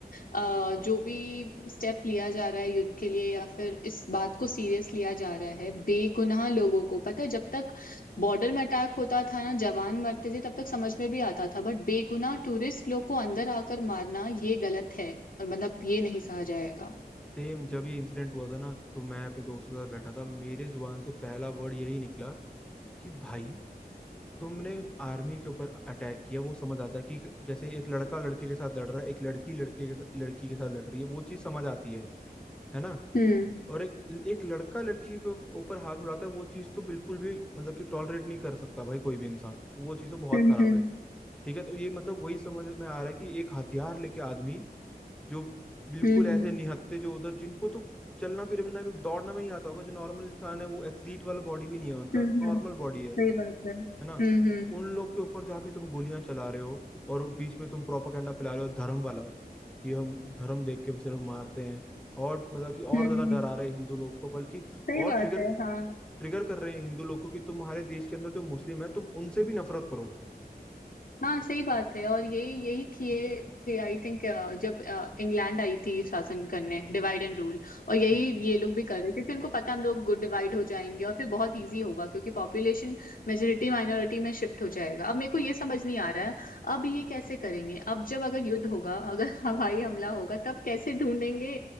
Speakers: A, on the left; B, in the centre.
A: अ, जो भी स्टेप लिया जा रहा है युद्ध के लिए या फिर इस बात को सीरियस लिया जा रहा है बेगुनाह लोगों को पता है जब तक बॉर्डर में अटैक होता था ना जवान मरते थे तब तक समझ में भी आता था बट बेगुनाह टूरिस्ट लोग को अंदर आकर मारना ये गलत है और मतलब ये नहीं सहा जाएगा
B: सेम जब ये इंसिडेंट हुआ था ना तो मैं अपने दोस्तों के साथ बैठा था मेरे जुबान से पहला वर्ड यही निकला कि भाई तुमने आर्मी के ऊपर अटैक किया वो समझ आता है कि जैसे एक लड़का लड़के के साथ लड़ रहा है एक लड़की लड़के के साथ- लड़की के साथ लड़ रही है वो चीज समझ आती है है ना
A: हुँ,
B: और एक एक लड़का लड़की पे ऊपर हाथ उड़ाता है वो चीज तो बिल्कुल भी मतलब कि टॉलरेट नहीं कर सकता भाई कोई भी इंसान वो चीज तो बहुत
A: हुँ,
B: खराब
A: हुँ,
B: है ठीक है तो ये मतलब वही समझ में आ रहा है कि एक हथियार लेके आदमी जो बिल्कुल
A: हुँ,
B: ऐसे
A: हुँ,
B: निहत्ते जो उधर जिनको तो चलना फिरना भी दौड़ना भी नहीं आता होगा जो नॉर्मल इंसान है वो एथलीट वाला बॉडी भी नहीं है उनका
A: हुँ, हुँ,
B: नॉर्मल बॉडी
A: सही
B: है
A: बात है। हुँ,
B: है ना
A: हुँ,
B: तो उन लोग के ऊपर जाके तुम गोलियां चला रहे हो और बीच में तुम प्रोपागेंडा फैला रहे हो धर्म वाला कि हम धर्म देख के भी सिर्फ मारते हैं और मतलब कि और
A: हुँ, हुँ,
B: ज्यादा डरा रहे हैं हिंदू लोग को बल्कि
A: सही
B: और
A: बात
B: ट्रिगर
A: है, हाँ।
B: ट्रिगर कर रहे हैं हिंदू लोग को कि तुम्हारे देश के अंदर जो मुस्लिम है तुम उनसे भी नफरत करो
A: हाँ सही बात है और यही यही किए थे आई थिंक जब अ, इंग्लैंड आई थी शासन करने डिवाइड एंड रूल और यही
B: हम्म
A: ये लोग भी कर रहे हैं क्योंकि उनको पता है हम लोग डिवाइड हो जाएंगे और फिर बहुत इजी होगा क्योंकि पॉपुलेशन मेजोरिटी माइनॉरिटी में शिफ्ट हो जाएगा अब मेरे को ये समझ नहीं आ रहा है अब ये कैसे करेंगे अब जब अगर युद्ध होगा अगर <laughs> हवाई हमला होगा तब कैसे ढूंढेंगे